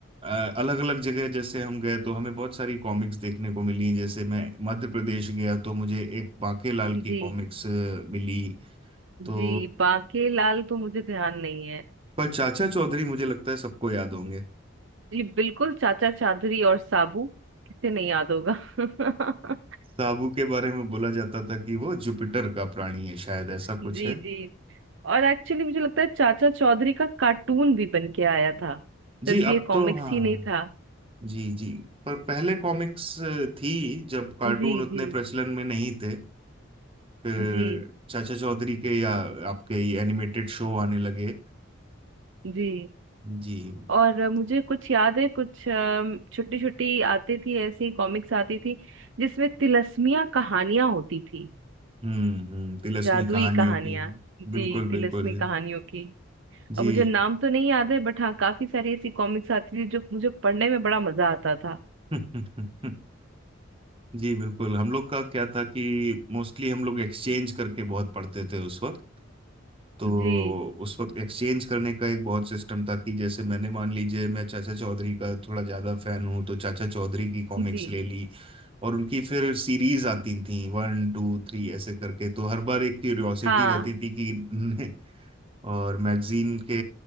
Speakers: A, on the right; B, on the right.
A: अलग अलग जगह जैसे हम गए तो हमें बहुत सारी कॉमिक्स देखने को मिली जैसे मैं मध्य प्रदेश गया तो मुझे एक बांके लाल
B: जी
A: की कॉमिक्स मिली
B: जी
A: तो
B: बाके लाल तो मुझे ध्यान नहीं है
A: पर चाचा चौधरी मुझे लगता है सबको याद होंगे <laughs>
B: जी बिल्कुल चाचा चादरी और साबू किसे नहीं याद होगा <laughs>
A: साबू के बारे में बोला जाता था कि वो जुपिटर का प्राणी है शायद ऐसा
B: जी
A: कुछ है
B: जी और एक्चुअली मुझे लगता है चाचा चौधरी का कार्टून भी बन के आया था
A: जी
B: सिर्फ ये
A: अब
B: कॉमिक्स
A: तो हाँ
B: ही नहीं था
A: जी जी पर पहले कॉमिक्स थी जब कार्टून
B: जी
A: उतने
B: जी
A: प्रचलन में नहीं थे फिर
B: जी
A: चाचा चौधरी के या आपके ये एनिमेटेड शो आने लगे
B: जी
A: जी
B: और मुझे कुछ याद है कुछ छोटी छोटी आती थी ऐसी कॉमिक्स आती थी जिसमें तिलस्मिया कहानियां होती थी
A: हम्म हम्म तिलस्मी
B: जादुई
A: कहानियों
B: कहानियां
A: की
B: जी
A: बिल्कुल बिल्कुल
B: तिलस्मी कहानियों की
A: जी
B: अब मुझे नाम तो नहीं याद है बट हाँ काफी सारी ऐसी कॉमिक्स आती थी जो मुझे पढ़ने में बड़ा मजा आता था
A: <laughs> जी बिल्कुल हम लोग का क्या था कि मोस्टली हम लोग एक्सचेंज करके बहुत पढ़ते थे उस वक्त तो
B: जी
A: उस वक्त एक्सचेंज करने का एक बहुत सिस्टम था कि जैसे मैंने मान लीजिए मैं चाचा चौधरी का थोड़ा ज्यादा फैन हूँ तो चाचा चौधरी की कॉमिक्स
B: जी
A: ले ली और उनकी फिर सीरीज आती थी वन टू थ्री ऐसे करके तो हर बार एक क्यूरियोसिटी
B: हाँ
A: रहती थी कि <laughs> और मैगजीन के